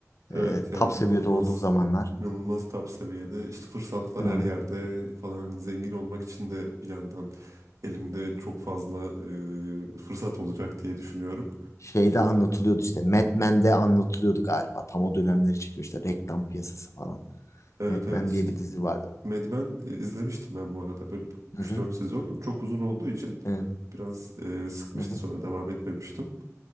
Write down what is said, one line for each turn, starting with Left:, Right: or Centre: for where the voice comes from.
Left: e,
Right: Evet yani
Left: top
Right: inanılmaz
Left: seviyede olduğu zamanlar.
Right: inanılmaz top seviyede. İşte fırsatlar
Left: Hı.
Right: her yerde falan Hani zengin olmak için de bir yandan elimde çok fazla e, fırsat olacak diye düşünüyorum.
Left: Şeyde anlatılıyordu işte. Mad Men'de anlatılıyordu galiba. Tam o dönemleri çekiyor işte reklam piyasası falan.
Right: Evet
Left: Mad
Right: evet
Left: Men
Right: işte
Left: diye bir dizi vardı.
Right: Mad Men e, izlemiştim ben bu arada böyle üç
Left: Hı hı.
Right: dört sezon. Çok uzun olduğu için
Left: Evet.
Right: biraz e, sıkmıştı
Left: Hı hı.
Right: sonra devam etmemiştim.